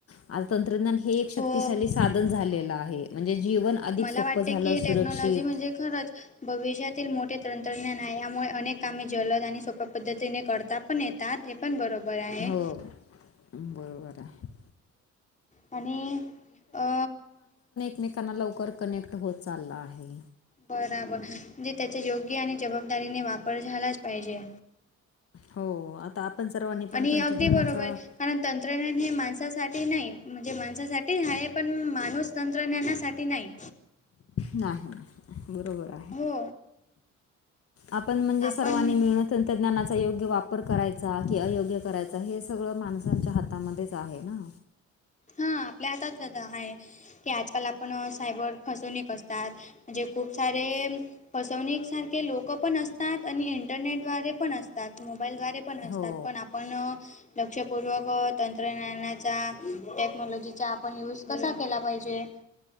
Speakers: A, on the left; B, on the left.
A: आ तंत्रज्ञान हे एक शक्तिशाली
B: हो
A: साधन झालेलं आहे म्हणजे जीवन अधिक
B: मला
A: सोपं
B: वाटते
A: झालं
B: की
A: सुरक्षित
B: टेक्नॉलॉजी म्हणजे खरंच भविष्यातील मोठे तंत्रज्ञान आहे यामुळे अनेक कामे जलद आणि सोप्या पद्धतीने करता पण ये तात ते पण बरोबर आहे.
A: हो बरोबर आहे
B: आणि अ
A: मेकांना लवकर कनेक्ट होत चालला आहे.
B: बराबर म्हणजे त्याच्या योग्य आणि जबाबदारीने वापर झालाच पाहिजे.
A: हो आता आपण सर्वांनी
B: आणि
A: पण तंत्रज्ञानाचा
B: अगदी बरोबर कारण तंत्रज्ञान हे माणसासाठी नाही म्हणजे माणसासाठी आहे पण माणूस तंत्रज्ञानासाठी नाही.
A: नाही बरोबर आहे
B: हो
A: आपण म्हणजे
B: आपण
A: सर्वांनी मिळत तंत्रज्ञानाचा योग्य वापर करायचा की अयोग्य करायचा हे सगळं माणसांच्या हातामध्येच आहे ना.
B: हा आपल्या हातात आहे. की आजकाल आपण सायबर फसवणीक असतात म्हणजे खूप सारे फसवणीसारखे लोकं पण असतात आणि इंटरनेटद्वारे पण असतात मोबाईलद्वारे पण
A: हो
B: असतात. पण आपण लक्षपूर्वक तंत्रज्ञानाचा टेक्नॉलॉजीचा आपण युज कसा केला पाहिजे.